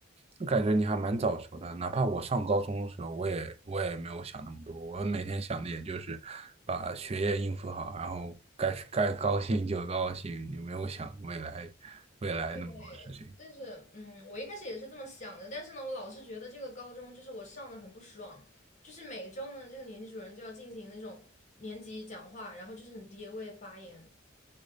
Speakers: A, on the right; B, on the left.
A: 就感觉你还蛮早熟的。哪怕我上高中的时候，我也我也没有想那么多，我每天想的也就是把学业应付好，然后该该高兴就高兴，也没有想未来未来那么多事情。
B: 对，就是嗯，我一开始也是这么想的，但是呢，我老是觉得这个高中就是我上的很不爽，就是每周呢，这个年级主任就要进行那种年级讲话，然后就是很爹味发言，